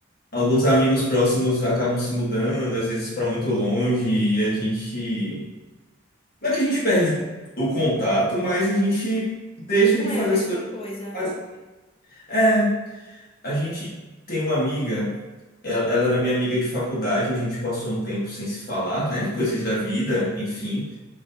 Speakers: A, on the left; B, on the left.
A: Alguns amigos próximos acabam se mudando, às vezes para muito longe, e a gente. Não é que a gente perde o contato, mas a gente deixa
B: Não
A: de
B: é
A: fazer
B: a mesma
A: as coisas. que
B: coisa,
A: faz.
B: né?
A: É, a gente tem uma amiga. Ela, ela era minha amiga de faculdade, a gente passou um tempo sem se falar, né? Coisas da vida, enfim.